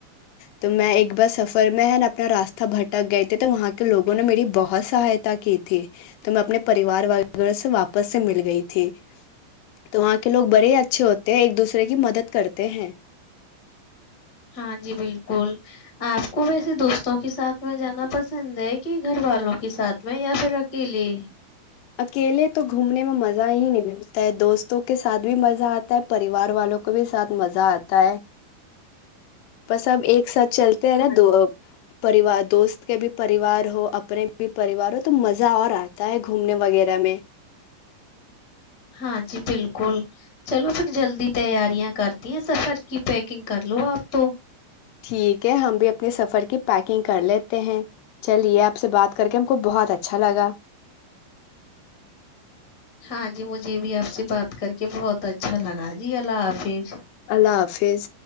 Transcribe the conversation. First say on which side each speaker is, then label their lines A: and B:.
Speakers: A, on the left (about 80°); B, on the left (about 35°).
A: تو میں ایک بار سفر میں ہے اپنا راستہ بھٹک گئے تھے تو وہاں کے لوگوں نے میری بہت سہایتا کی تھی تو میں اپنے پریوار وغیرہ سے واپس سے مل گئی تھی تو وہاں کے لوگ بڑے اچھے ہوتے ہیں ایک دوسرے کی مدد کرتے ہیں
B: ہاں جی بالکل آپ کو ویسے دوستوں کے ساتھ میں جانا پسند ہے کہ گھر والوں کے ساتھ میں یا پھر اکیلے
A: اکیلے تو گھومنے میں مزہ ہی نہیں ملتا ہے دوستوں کے ساتھ بھی مزہ آتا ہے پریوار والوں کو بھی ساتھ مزہ آتا ہے بس اب ایک سچ چلتے ہیں نا
B: ہاں
A: دو پریوار دوست کے بھی پریوار ہو اپنے بھی پریوار ہو تو مزہ اور آتا ہے گھومنے وغیرہ میں
B: ہاں جی بالکل چلو پھر جلدی تیاریاں کرتی ہیں سفر کی پیکنگ کر لو آپ تو
A: ٹھیک ہے ہم بھی اپنے سفر کی پیکنگ کر لیتے ہیں چلیے آپ سے بات کر کے ہم کو بہت اچھا لگا
B: ہاں جی مجھے بھی آپ سے بات کر کے بہت اچھا لگا جی اللہ حافظ
A: اللہ حافظ